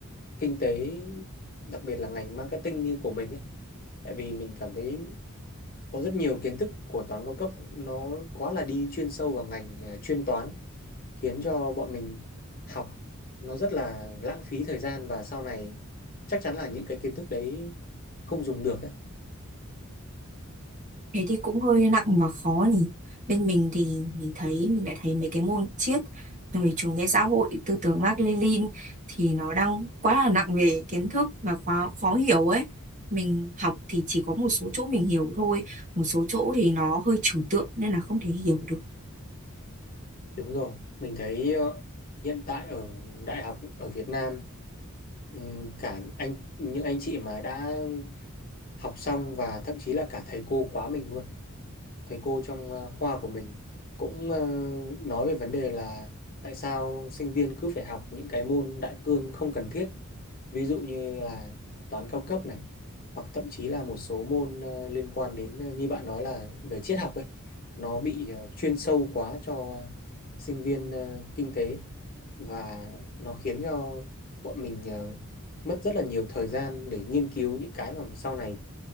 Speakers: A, on the left (about 40°); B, on the right (about 35°).
A: kinh tế đặc biệt là ngành marketing như của mình ấy. Tại vì mình cảm thấy có rất nhiều kiến thức của toán cao cấp nó quá là đi chuyên sâu vào ngành à, chuyên toán khiến cho bọn mình học nó rất là lãng phí thời gian và sau này chắc chắn là những cái kiến thức đấy không dùng được ấy.
B: Thế thì cũng hơi nặng và khó nhỉ. Bên mình thì mình thấy mình lại thấy mấy cái môn triết rồi chủ nghĩa xã hội tư tưởng Mác Lênin thì nó đang quá là nặng về kiến thức và khó khó hiểu ấy. Mình học thì chỉ có một số chỗ mình hiểu thôi, một số chỗ thì nó hơi trừu tượng nên là không thể hiểu được.
A: Đúng rồi, mình thấy ờ, hiện tại ở đại học ở Việt Nam ừm, cả anh những anh chị mà đã học xong và thậm chí là cả thầy cô khóa mình luôn thầy cô trong ờ, khoa của mình cũng ờ, nói về vấn đề là tại sao sinh viên cứ phải học những cái môn đại cương không cần thiết ví dụ như là toán cao cấp này hoặc thậm chí là một số môn ờ, liên quan đến ờ, như bạn nói là về triết học ấy nó bị ờ, chuyên sâu quá cho sinh viên ờ, kinh tế và nó khiến cho bọn mình ờ, mất rất là nhiều thời gian để nghiên cứu những cái mà sau này